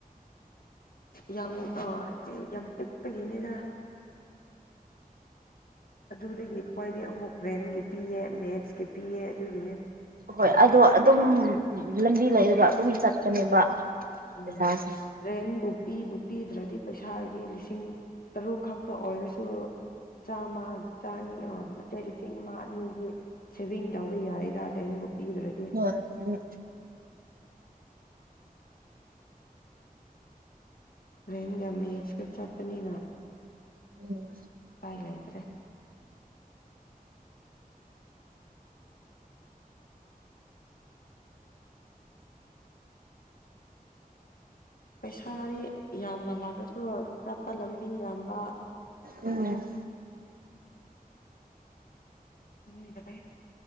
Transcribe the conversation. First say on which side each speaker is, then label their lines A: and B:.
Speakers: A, on the left (about 70°); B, on the right (about 70°).
A: ꯌꯥꯝ ꯑ ꯆꯤ ꯌꯥꯝ ꯄꯤꯛꯄꯒꯤꯅꯤꯗ ꯑꯗꯨꯗꯒꯤ ꯑꯩꯈꯣꯏꯗꯤ ꯑꯃꯨꯛ ꯄ꯭ꯔꯦꯟꯒꯤ ꯄꯤꯌꯦ ꯃꯦꯠꯁꯀꯤ ꯄꯤꯌꯦ ꯑꯗꯨꯒꯤꯅꯦ
B: ꯍꯣꯏ ꯑꯗꯣ ꯑꯗꯨꯝ ꯂꯝꯕꯤ ꯂꯩꯔꯒ ꯑꯗꯨꯝ ꯆꯠꯄꯅꯦꯕ
A: ꯎꯝ
B: ꯄꯩꯁꯥꯁꯦ
A: ꯔꯦꯟꯕꯨ ꯄꯤꯕꯨ ꯄꯤꯗ꯭ꯔꯗꯤ ꯄꯩꯁꯥꯗꯤ ꯂꯤꯁꯤꯡ ꯇꯔꯨꯛꯈꯛ ꯊ ꯑꯣꯏꯔꯁꯨ ꯆꯥꯝꯃ ꯆꯥꯅꯤ ꯑ ꯅꯠꯇꯦ ꯂꯤꯁꯤꯡ ꯑꯃ ꯑꯅꯤꯒꯤ ꯁꯦꯚꯤꯡ ꯇꯧꯕ ꯌꯥꯏ ꯌꯥ ꯔꯦꯟꯕꯨ ꯄꯤꯗ꯭ꯔꯗꯤ
B: <unintelligible>
A: ꯔꯦꯟꯒ ꯃꯦꯠꯁꯀ ꯆꯠꯄꯅꯤꯅ
B: ꯎꯝ
A: ꯄꯥꯏ ꯂꯩꯇ꯭ꯔꯦ ꯄꯩꯁꯥꯗꯤ ꯌꯥꯝꯃ ꯂꯥꯛꯂꯁꯨ ꯆꯠꯄ ꯂꯝꯕꯤ ꯌꯥꯝꯕ
B: ꯎꯝ
A: ꯌꯦꯡꯒꯗꯥꯏ